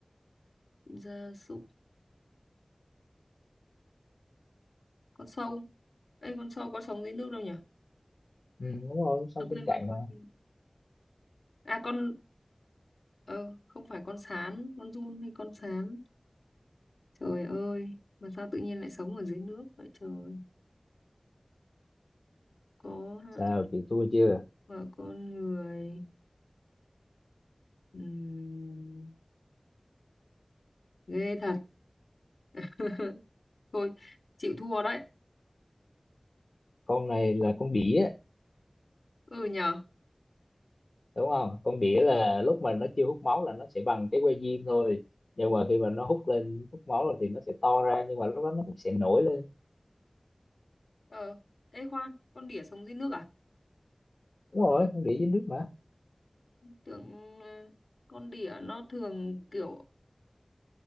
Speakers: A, on the left (about 90°); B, on the left (about 75°).
A: gia súc, con sâu. Ê, con sâu có sống dưới nước đâu nhở?
B: ừ, đúng rồi sống
A: À, quên,
B: trên cạn
A: quên, quên,
B: mà
A: quên. À, con, ờ, không phải con sán, con giun hay con sán. Trời ơi, mà sao tự nhiên lại sống ở dưới nước vậy trời? Có hại
B: sao chị thua chưa
A: và con người. Ừm, ghê thật. <laughs> Thôi, chịu thua đấy.
B: con này là con đỉa
A: Ừ nhở?
B: đúng không con đỉa là lúc mà nó chưa hút máu là nó sẽ bằng cái que diêm thôi nhưng mà khi mà nó hút lên hút máu rồi thì nó sẽ to ra nhưng mà lúc đó nó cũng sẽ nổi lên
A: Ờ, ê khoan, con đỉa sống dưới nước à?
B: đúng rồi con đỉa dưới nước mà
A: Tưởng ờ, con đỉa nó thường kiểu